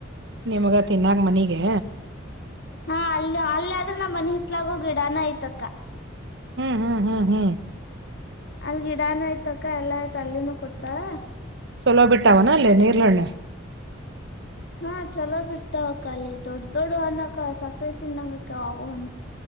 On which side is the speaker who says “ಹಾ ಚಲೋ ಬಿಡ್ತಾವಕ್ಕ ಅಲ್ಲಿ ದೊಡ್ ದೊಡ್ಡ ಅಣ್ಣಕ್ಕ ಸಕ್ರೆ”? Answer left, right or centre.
Left